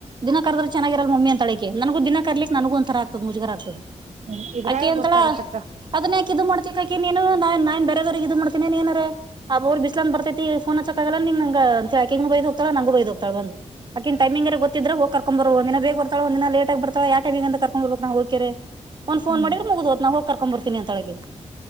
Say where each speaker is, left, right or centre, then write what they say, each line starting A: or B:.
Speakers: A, on the right; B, on the right.
A: ದಿನ ಕರದ್ರ ಚೆನ್ನಾಗಿರಲ್ ಮಮ್ಮಿ ಅಳಕ್ಕೆ ನನಗ ದಿನ ಕರ್ಲಿ ನನಗ ಒಂರ ಆಗ್ತದ ಮುಜಗಾರ್ ಆಗ್ತದೆ
B: ಹ್ಮ್ ಇದ್ರಾಗ
A: ಆಕೆ ಅಂತಳ
B: ಗೊತ್ತಾಗತ್ತಕ್ಕ
A: ಅದನ್ನ ಯಾಕೆ ಇ್ ಮಾಡ್ತಕ್ಕೆ ನೀನು ನಾನ್ ನಾನ್ ಬೇರೆವ್ರಿಗೆ ಇ್ ಮಾಡ್ತಿ ೇನ್ ಏನಾರ ಆ ಅವರು ಬಿಸ್ಲಂದ ಬರ್ತೈತಿಫೋ ಹ ಚಕ್ಕ ಆಗಲ್ಲಂಗ ನಂಗಗೆಂತಾಕಿಂಗಗ ಬೈ ಹೋಗ್ತಾಳ ನಂಗ ಬೈ ಹೋಗ್ತಾಳ ಬಂದು ಅಕಿ ಟಮಿಂಗ ಎ ಗೊತ್ತ್ರೆ ಹೋಗಕ ದಿನ ಬೇ ಬರ್ತಳ ಒಂದ ದಿನ ಲೇ ಆಗ ಬರ್ತಳ ಯ ಟೈಗ ಕರ್ೊಂಡ್ ಬಬೇಕ ಹ ಒಂದು ೋನ್
B: ಹ್ಮ್
A: ಮಾಡಿದ ಮುಗ ನಾ ಹ ಕಕೊ್ಂಬರ್ತೀನಿ ಅಂತೊಳಗೆ